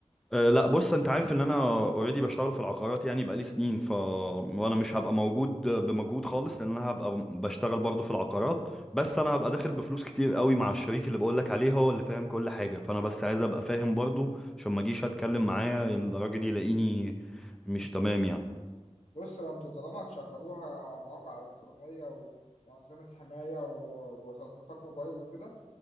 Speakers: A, in the centre; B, on the left.
A: أه لا بص انت عارف ان انا اوريدي بشتغل في العقارات يعني بقالي سنين ف وانا مش هبقى موجود بمجهود خالص لان انا هبقى بشتغل برضه في العقارات بس انا هبقى داخل بفلوس كتير قوي مع الشريك اللي بقول لك عليه هو اللي فاهم كل حاجه فانا بس عايز ابقى فاهم برضه عشان ما اجيش اتكلم معاه الراجل يلاقيني مش تمام يعني
B: بص هو انتوا طالما هتشغلوها مواقع الكترونيه و- وانظمه حمايه و- وتطبيقات موبايل وكده